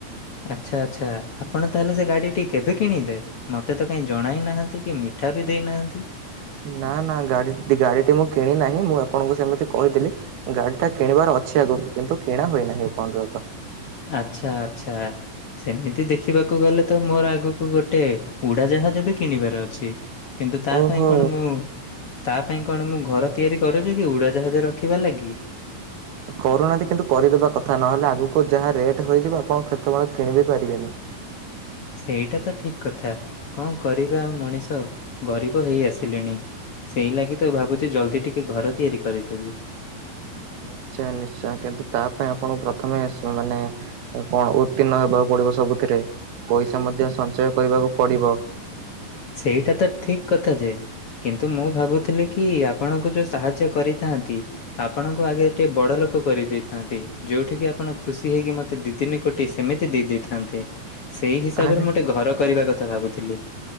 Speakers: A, on the left; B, on the right.
A: ଆଚ୍ଛା ଆଚ୍ଛା ଆପଣ ତାହେଲେ ସେ ଗାଡ଼ିଟି କେବେ କିଣିଲେ? ମତେ ତ କାହିଁ ଜଣାଇ ନାହାନ୍ତି କି ମିଠା ବି ଦେଇନାହାନ୍ତି।
B: ନା ନା ଗାଡିଟି ଗାଡିଟି ମୁଁ କିଣି ନାହିଁ ମୁଁ ଆପଣଙ୍କୁ ସେମିତି କହିଥିଲି। ଗାଡି ଟା କିଣିବାର ଅଛି ଆଗକୁ କିନ୍ତୁ କିଣା ହୋଇନାହିଁ ଏ ପର୍ଯ୍ୟନ୍ତ।
A: ଆଚ୍ଛା ଆଚ୍ଛା। ସେମିତି ଦେଖିବାକୁ ଗଲେ ତ ମୋର ଆଗକୁ ଗୋଟେ ଉଡାଜାହାଜ ବି କିଣିବାର ଅଛି। କିନ୍ତୁ ତା
B: ଓହୋ
A: ପାଇଁ କଣ ମୁଁ ତା ପାଇଁ କଣ ମୁଁ ଘର ତିଆରି କରୁଛିୁ କି ଉଡ଼ାଜାହାଜ ରଖିବା ଲାଗି?
B: କରୁନାହାନ୍ତି କିନ୍ତୁ କରିଦେବା କଥା ନହେଲେ ଆଗକୁ ଯାହା ରେଟ୍ ହେଇଯିବ ଆପଣ କେତେବେଳେ କିଣିବି ପାରିବେନି?
A: ସେଇଟା ତ ଠିକ କଥା। କଣ କରିବା ଆଉ ମଣିଷ ଗରିବ ହେଇ ଆସିଲେଣି। ସେଇ ଲାଗି ତ ଭାବୁଛି ଜଲ୍ଦି ଟିକେ ଘର ତିଆରି କରିଦେବି।
B: ନିଶ୍ଚୟ ନିଶ୍ଚୟ କିନ୍ତୁ ତା ପାଇଁ ଆପଣଙ୍କୁ ପ୍ରଥମେ ସ-ମାନେ କଣ ଉତ୍ତୀର୍ଣ୍ଣ ହେବାକୁ ପଡିବ ସବୁଥିରେ ପଇସା ମଧ୍ୟ ସଞ୍ଚୟ କରିବାକୁ ପଡିବ।
A: ସେଇଟା ତ ଠିକ କଥା ଯେ କିନ୍ତୁ, ମୁଁ ଭାବୁଥିଲି କି ଆପଣଙ୍କୁ ଯେଉଁ ସାହାଯ୍ୟ କରିଥାନ୍ତି? ଆପଣଙ୍କୁ ଆଗେ ଟିକେ ବଡ ଲୋକ କରିଦେଇଥାନ୍ତି। ଯୋଉଠିକି ଆପଣ ଖୁସି ହେଇକି ମତେ ଦି ତିନି କୋଟି ସେମିତି ଦେଇ ଦେଇଥାନ୍ତେ। ସେଇ ହିସାବରେ
B: ଆରେ
A: ମୁଁ ଟେ ଘର କରିବା କଥା ଭାବୁଥିଲି।